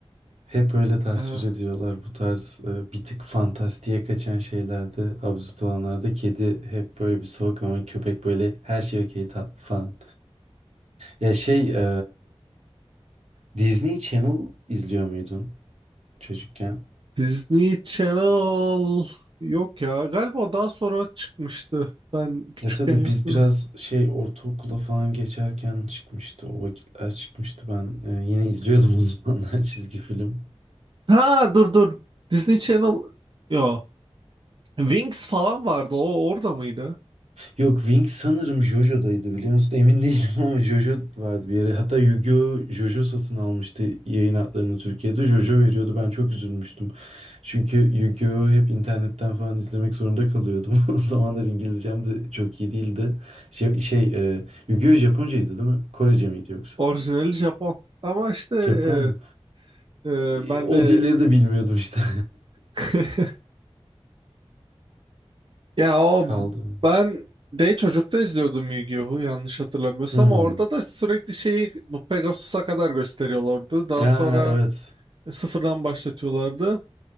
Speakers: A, on the right; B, on the right.
A: Hep öyle tasvir
B: Eh,
A: ediyorlar bu tarz e, bir tık fantastiğe kaçan şeylerde, absürt olanlarda kedi hep böyle bir soğuk ama köpek böyle her şey okey tatlı falan. Ya şey e, Disney Channel izliyor muydun çocukken?
B: Disney Channel yok ya. Galiba o daha sonra çıkmıştı. Ben küçükken
A: Ya tabii
B: yoktu
A: biz biraz
B: da.
A: şey ortaokula falan geçerken çıkmıştı o vakitler çıkmıştı ben e, yine izliyordum <laughs> o zamanlar çizgi film.
B: Ha dur dur. Disney Channel yo. Wings falan vardı. O orada mıydı?
A: Yok Wing sanırım JoJo'daydı biliyor musun? Emin değilim <laughs> ama JoJo vardı bir yere. Hatta Yu-Gi-Oh! JoJo satın almıştı yayın haklarını Türkiye'de. JoJo veriyordu. Ben çok üzülmüştüm. Çünkü Yu-Gi-Oh! hep internetten falan izlemek zorunda kalıyordum. <laughs> O zamanlar İngilizcem de çok iyi değildi. Şey, şey e, Yu-Gi-Oh! Japoncaydı değil mi? Korece miydi yoksa?
B: Orijinali Japon. Ama işte
A: Japon
B: evet,
A: mu?
B: e,
A: E,
B: ben
A: o
B: de
A: dilleri de bilmiyordum işte.
B: <laughs> Ya
A: <laughs>
B: o
A: Kaldı.
B: ben de çocukta izliyordum Yu-Gi-Oh'u yanlış hatırlamıyorsam.
A: Hmm.
B: Orada da sürekli şeyi bu Pegasus'a kadar gösteriyorlardı. Daha
A: Aa,
B: sonra
A: evet.
B: sıfırdan başlatıyorlardı.